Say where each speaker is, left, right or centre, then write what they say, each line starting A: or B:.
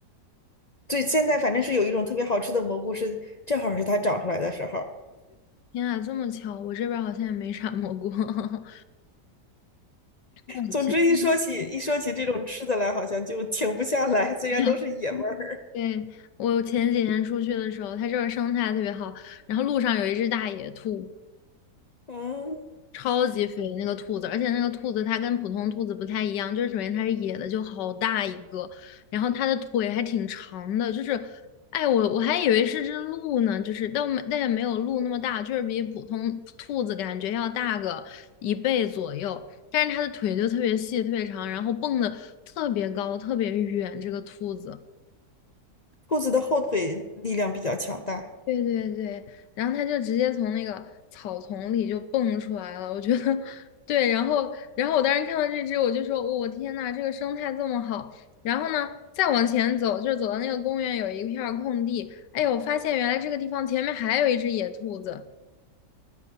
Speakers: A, on the left; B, on the left.
A: 对，现在反正是有一种特别好吃的蘑菇是，正好是它长出来的时候。
B: 天啊，这么巧，我这边儿好像也没啥蘑菇。<laughs> 抱歉
A: 总之一说起一说起这种吃的来，好像就停不下来，虽然都是野味儿。
B: <laughs> 对，我前几天出去的时候，它这儿生态特别好，然后路上有一只大野兔，
A: <laughs> 嗯，
B: 超级肥那个兔子，而且那个兔子它跟普通兔子不太一样，就是首先它是野的，就好大一个，然后它的腿还挺长的，就是，哎，我我还以为是只鹿呢，就是但没但也没有鹿那么大，就是比普通兔子感觉要大个一倍左右，但是它的腿就特别细，特别长，然后蹦的特别高，特别远，这个兔子。
A: 兔子的后腿力量比较强大。
B: 对对对，然后他就直接从那个草丛里就蹦出来了，我觉得 <laughs> 对，然后然后我当时看到这只，我就说，哦我、天呐，这个生态这么好。然后呢，再往前走，就是走到那个公园有一片儿空地，哎呦，我发现原来这个地方前面还有一只野兔子，